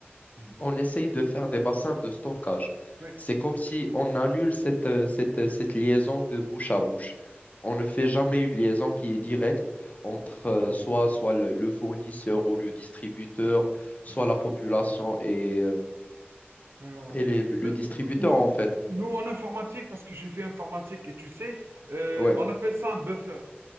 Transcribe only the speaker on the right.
Hmm,
Oui.
Mm.
hmm.
Ouais, voilà.
Ne-
Nous,
nous, en informatique, parce que j'ai fait informatique et tu sais, euh,
on appelle ça un buffer.